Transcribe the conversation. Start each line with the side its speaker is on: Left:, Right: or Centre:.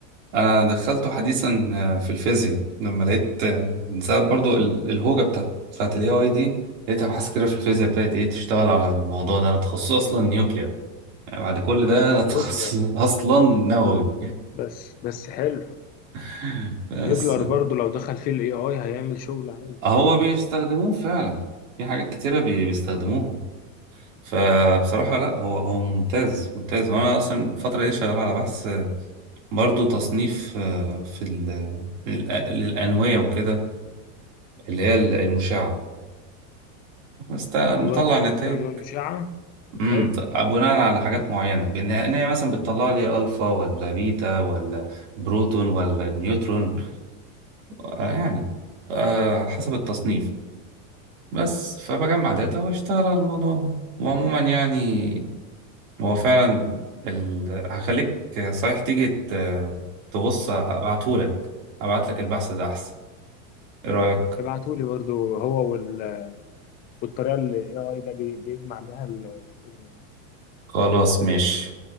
Right: انا دخلته حديثا آه، في الفيزياء لما لقيت آه، من ساعة برضو ال- الهوجة بتاعت بتاعت الاي اي دي لقيت ابحاث كتيرة في الفيزياء ابتدت ايه تشتغل على الموضوع ده انا تخصصي اصلا نيوكلير يعني بعد كل ده انا
Left: نيوكلير
Right: <laughs> تخصص اصلا نووي
Left: بس بس حلو
Right: <laughs> بس
Left: نيوكلير برضو لو دخل فيه الاي اي هيعمل شغل عالي
Right: هو بيستخدموه فعلا في حاجات كتيرة بي- بيستخدموها فبصراحة لا هو هو ممتاز ممتاز وانا اصلا الفترة دي شغال على بحث برضو تصنيف آه، في ال- للأ- للأنوية وكده اللي هي المشعة فمطلع
Left: والله تصنيف
Right: نتائج
Left: الانواع المشعه
Right: امم
Left: حلو
Right: بناء على حاجات
Left: سهل
Right: معينة بان إن هي مثلا بتطلع لي الفا ولا بيتا ولا بروتون ولا نيوترون
Left: الموضوع ده
Right: آه، يعني آه، حسب التصنيف بس فبجمع داتا واشتغل على الموضوع ده وعموما يعني هو فعلا ال... هخليك صحيح تيجي ت... تبص ابعتهولك ابعتلك البحث ده احسن ايه رأيك
Left: ابعتولي برضو هو وال... والطريقه اللي الاي اي ده بي... بيجمع بيها السيجنالز
Right: خلاص ماشي